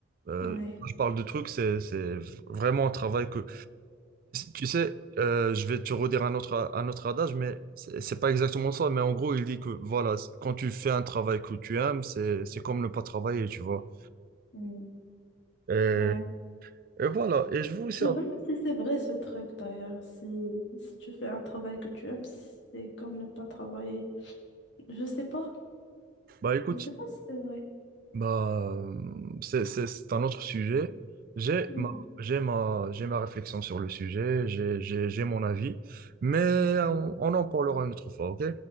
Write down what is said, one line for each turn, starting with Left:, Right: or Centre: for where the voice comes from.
Right: Euh,
Left: Ouais.
Right: quand je parle de truc, c'est, c'est vraiment un travail que. Tu sais, euh, je vais te redire un autre, un autre adage, mais c'est c'est pas exactement ça. Mais en gros, il dit que voilà, quand tu fais un travail que tu aimes, c'est, c'est comme ne pas travailler, tu vois.
Left: Mm.
Right: Et,
Left: Ouais.
Right: et voilà. Et je veux aussi.
Left: Je me demande si c'est vrai ce truc d'ailleurs. Si, si tu fais un travail que tu aimes, c'est comme ne pas travailler. Je sais pas.
Right: Bah écoute.
Left: Je sais pas si c'est vrai.
Right: Bah, euh, c'est, c'est- c'est un autre sujet. J'ai
Left: Mm.
Right: ma, j'ai ma, j'ai ma réflexion sur le sujet, j'ai, j'ai, j'ai mon avis, mais on, on en parlera une autre fois, ok?